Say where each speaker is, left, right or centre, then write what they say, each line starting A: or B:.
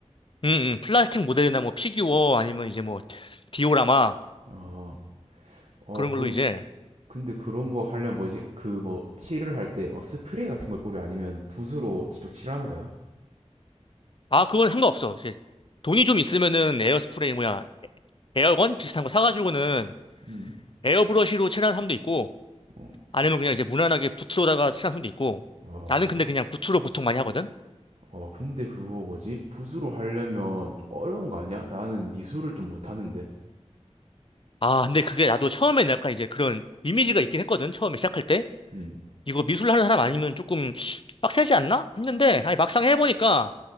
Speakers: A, on the left; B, on the right.
A: 음, 음, 플라스틱 모델이나 뭐, 피규어, 아니면 이제 뭐, 디오라마,
B: 어, 어,
A: 그런 걸로
B: 그,
A: 이제,
B: 근데 그런 거 하려면 뭐지? 그 뭐 칠을 할 때 뭐 스프레이 같은 걸 뿌려 아니면 붓으로 직접 칠하는 거야?
A: 아, 그건 상관없어. 이제, 돈이 좀 있으면은 에어스프레이, 뭐야, 에어건? 비슷한 거 사가지고는
B: 음,
A: 에어브러쉬로 칠하는 사람도 있고,
B: 어,
A: 아니면 그냥 이제 무난하게 부츠로다가 친한 손도 있고
B: 아,
A: 나는
B: 부,
A: 근데 그냥 부츠로 보통 많이 하거든.
B: 어, 근데 그거 뭐지? 붓으로 하려면 좀 어려운 거 아니야? 나는 미술을 좀 못하는데.
A: 아 근데 그게 나도 처음엔 약간 이제 그런 이미지가 있긴 했거든. 처음에 시작할 때
B: 음,
A: 이거 미술 하는 사람 아니면 조금 빡세지 않나 했는데 아니 막상 해보니까